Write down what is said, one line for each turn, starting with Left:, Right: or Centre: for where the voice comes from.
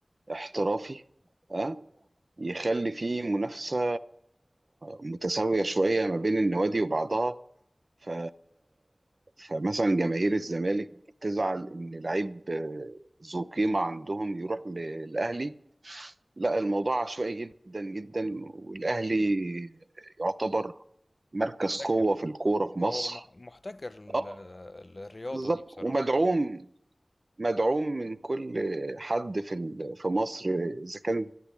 Right: احترافي اه يخلي فيه منافسه متساويه شويه ما بين النوادي وبعضها ف... فمثلا جماهير الزمالك تزعل ان لعيب آه، ذو قيمه عندهم يروح ل- للاهلي لا الموضوع عشوائي جدا جدا والاهلي يعتبر مركز
Left: محتكر
Right: قوه في الكوره في مصر
Left: هو مح- محتكر ال-
Right: اه
Left: الرياضة
Right: بالظبط
Left: دي بصراحة
Right: ومدعوم مدعوم من كل حد في ال- في مصر اذا كان